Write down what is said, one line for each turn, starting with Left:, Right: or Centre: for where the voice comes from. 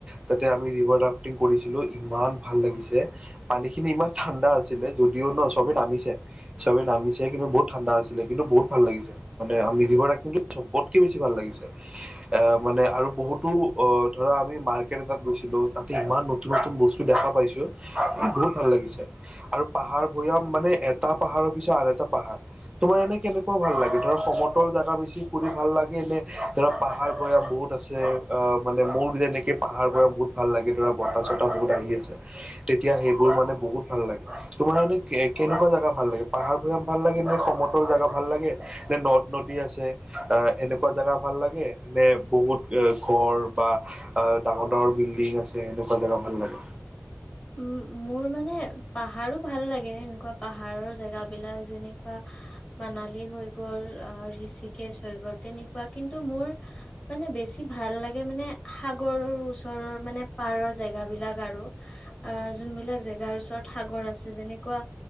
Right: তাতে আমি ৰিভাৰ ৰাফ্টিং কৰিছিলো ইমান ভাল লাগিছে পানীখিনি ইমান ঠাণ্ডা আছিলে য'ত দিও ন চবেই নামিছে চবেই নামিছে কিন্তু বহুত ঠাণ্ডা আছিলে কিন্তু বহুত ভাল লাগিছে মানে আমি ৰিভাৰ ৰাফ্টিংটো চবতকে বেছি ভাল লাগিছে এ মানে আৰু বহুতো অ ধৰা আমি মাৰ্কেট এটাত গৈছিলো তাতে ইমান নতুন নতুন বস্তু দেখা পাইছো বহুত ভাল লাগিছে আৰু পাহাৰ ভৈয়াম মানে এটা পাহাৰৰ পিছত আন এটা পাহাৰ তোমাৰ এনে কেনেকুৱা ভাল লাগে ধৰা সমতল জাগা বেছি ফুৰি ভাল লাগে নে ধৰা পাহাৰ ভৈয়াম বহুত আছে অ মানে মোৰ যেনেকে পাহাৰ ভৈয়াম বহুত ভাল লাগে ধৰা বতাহ চতাহ বহুত আহি আছে তেতিয়া সেইবোৰ মানে বহুত ভাল লাগে তোমাৰ কাৰণে কে কেনেকুৱা জাগা ভাল লাগে পাহাৰ ভৈয়াম ভাল লাগে নে সমতল জাগা ভাল লাগে নে নদ নদী আছে আহ এনেকুৱা জাগা ভাল লাগে নে বহুত এ ঘৰ বা আ ডাঙৰ ডাঙৰ বিল্ডিং আছে সেনেকুৱা জাগা ভাল লাগে
Left: উম মোৰ মানে পাহাৰো ভাল লাগে সেনেকুৱা পাহাৰৰ জেগা বিলাক যেনেকুৱা মানালী হৈ গল আহ ঋষিকেশ হৈ গ'ল তেনেকুৱা কিন্তু মোৰ মানে বেছি ভাল লাগে মানে সাগৰৰ ওচৰৰ মানে পাৰৰ জেগাবিলাক আৰু আহ যোনবিলাক জেগাৰ ওচৰত সাগৰ আছে যেনেকুৱা